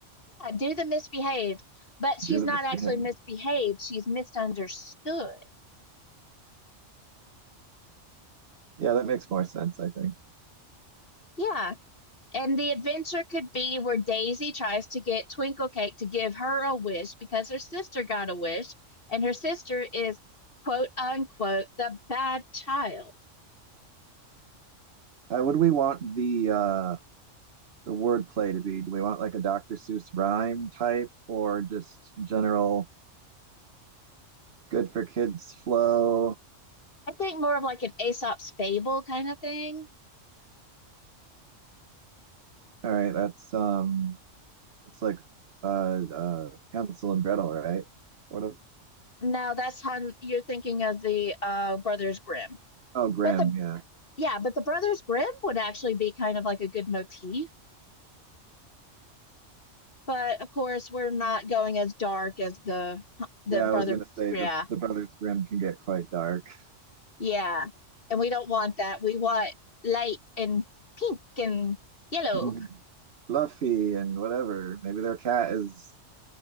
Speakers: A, on the left; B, on the right.
A: Yeah, do the misbehaved, but she's
B: Do the
A: not
B: misbehave.
A: actually misbehaved. She's misunderstood.
B: Yeah, that makes more sense, I think.
A: Yeah. And the adventure could be where Daisy tries to get Twinklecake to give her a wish because her sister got a wish, and her sister is quote unquote the bad child.
B: How would we want the uh the word play to be? Do we want like a Dr. Seuss rhyme type or just general good for kids flow?
A: I think more of like an Aesop's fable kind of thing.
B: All right, that's um that's like uh uh Hansel and Gretel, right? Sort of.
A: No, that's how you're thinking of the uh, Brothers Grimm.
B: Oh, Grimm,
A: But the
B: yeah.
A: yeah, but the Brothers Grimm would actually be kind of like a good motif. But of course, we're not going as dark as the the
B: Yeah,
A: Brothers.
B: I was gonna say
A: Yeah,
B: the, the Brothers Grimm can get quite dark.
A: Yeah. And we don't want that. We want light and pink and yellow.
B: <laughs> Fluffy and whatever. Maybe their cat is